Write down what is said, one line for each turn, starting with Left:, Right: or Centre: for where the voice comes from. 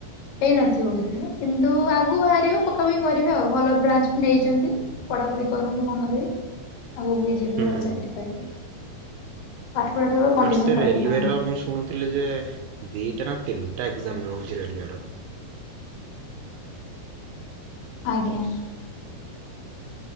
Left: ହେଇନଥିବ ବୋଧେ କିନ୍ତୁ ଆଗୁ ବାହାରିବ ପକାପକି କରିବେ ଆଉ, ଭଲ ବ୍ରାଞ୍ଚ ବି ନେଇଚନ୍ତି। ପଢାପଢି କରନ୍ତୁ ମନଦେଇ, ଆଗକୁ ଯିବେ
Right: ହୁଁ
Left: ଭଲ ଚାକିରୀ ପାଇବେ। ପାଠ ପଢା ଟାକୁ କଣ୍ଟିନ୍ୟୁ
Right: ବଟ୍ ସେ
Left: ରଖିଥାନ୍ତୁ।
Right: ରେଲୱେର ମୁଁ ଶୁଣୁଥିଲି ଯେ, ଦିଟା ନା ତିନିଟା ଏକ୍ଜାମ ରହୁଚି ରେଲୁଏର୍?
Left: ଆଜ୍ଞା।